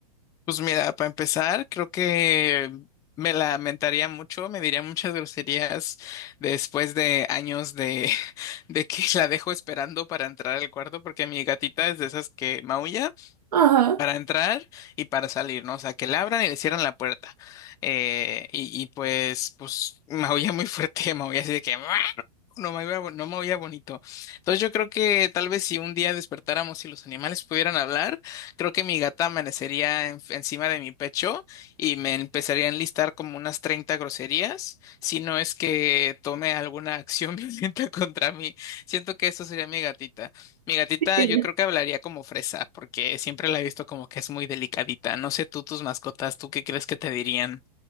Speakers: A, on the left; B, on the right.
A: Pues mira, para empezar, creo que me lamentaría mucho, me diría muchas groserías después de años de, <laughs> de que la dejo esperando para entrar al cuarto, porque mi gatita es de esas que maulla.
B: Ajá.
A: para entrar y para salir, ¿no? O sea, que le abran y le cierran la puerta. Eh, y, y pues, pues, <laughs> maulla muy fuerte, <laughs> maulla así de que... "Meow", no me oía, bo- no me oía bonito. Entonces yo creo que tal vez si un día despertáramos y los animales pudieran hablar, creo que mi gata amanecería en- encima de mi pecho y me empezaría a enlistar como unas 30 groserías, si no es que tome alguna acción <laughs> violenta contra mí. Siento que eso sería mi gatita. Mi gatita
B: sí, qué lindo.
A: yo creo que hablaría como fresa, porque siempre la he visto como que es muy delicadita. No sé tú, tus mascotas, ¿tú qué crees que te dirían?